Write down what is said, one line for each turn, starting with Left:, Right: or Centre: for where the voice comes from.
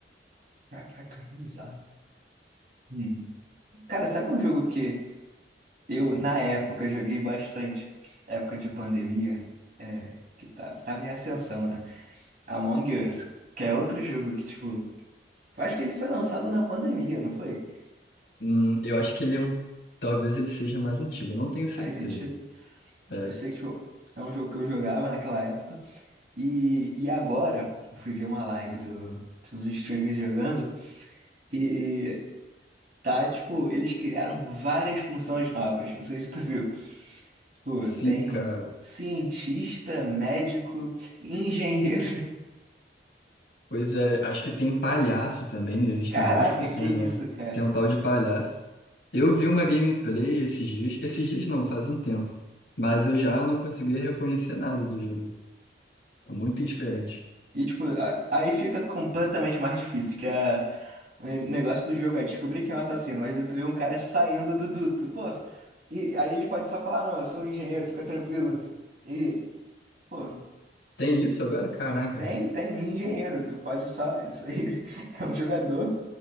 Right: Caraca, bizarro. Hum. Cara, sabe um jogo que eu, na época, joguei bastante? Época de pandemia, é, que tava, tava em ascensão, né? Among Us, que é outro jogo que, tipo, Eu Acho que ele foi lançado na pandemia, não foi?
Left: Hum, eu acho que ele é um, talvez ele seja mais antigo, eu não tenho certeza.
Right: Mas, gente,
Left: É,
Right: eu sei que tipo, é um jogo que eu jogava naquela época. E, e agora, eu fui ver uma live do, dos streamers jogando. E tá, tipo, eles criaram várias funções novas. Não sei se tu viu. Tipo,
Left: sim,
Right: tem
Left: cara.
Right: cientista, médico, engenheiro.
Left: Pois é, acho que tem palhaço também,
Right: <laughs>
Left: existem
Right: Caraca,
Left: várias funções,
Right: que isso,
Left: né?
Right: cara.
Left: Tem um tal de palhaço. Eu vi uma gameplay esses dias, esses dias não, faz um tempo, mas eu já não conseguia reconhecer nada do jogo. É Muito diferente.
Right: E, tipo, a- aí fica completamente mais difícil, que a, o negócio do jogo é descobrir quem é o assassino, mas tu vê um cara saindo do duto, pô. E aí ele pode só falar, não, eu sou um engenheiro, fica tranquilo. E, pô,
Left: Tem isso agora? Caraca,
Right: tem, tem engenheiro, tu pode só. Isso aí <laughs> é um jogador